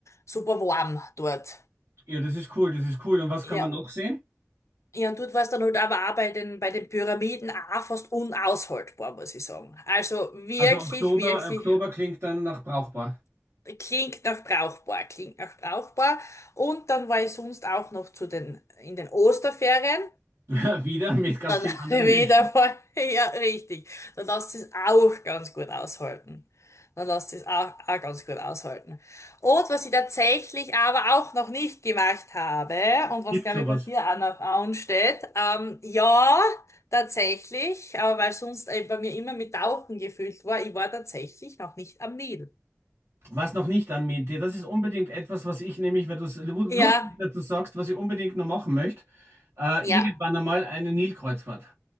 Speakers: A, on the left; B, on the right.
A: super warm dort.
B: ja, das ist cool, das ist cool. Und was
A: ja
B: kann man noch sehen?
A: Ja, und dort war es dann halt aber auch bei den, bei den Pyramiden auch fast unaushaltbar, muss ich sagen. Also wirklich,
B: Also Oktober,
A: wirklich,
B: Oktober klingt dann nach brauchbar.
A: klingt nach brauchbar, klingt nach brauchbar. Und dann war ich sonst auch noch zu den, in den Osterferien.
B: <laughs> Wieder mit ganz
A: Dann
B: vielen
A: <laughs>
B: anderen
A: wieder
B: Menschen.
A: voll. Ja, richtig. Dann lässt es auch ganz gut aushalten. Dann lässt es auch, auch ganz gut aushalten. Und was ich tatsächlich aber auch noch nicht gemacht habe und was
B: Gibt
A: glaube
B: sowas.
A: ich bei dir auch noch ansteht, ähm, ja, tatsächlich, aber weil sonst äh, bei mir immer mit Tauchen gefüllt war, ich war tatsächlich noch nicht am Nil.
B: Was noch nicht an mir, das ist unbedingt etwas, was ich nämlich, weil du es lu- lustig
A: Ja,
B: dazu sagst, was ich unbedingt noch machen möchte, äh,
A: ja,
B: irgendwann einmal eine Nilkreuzfahrt.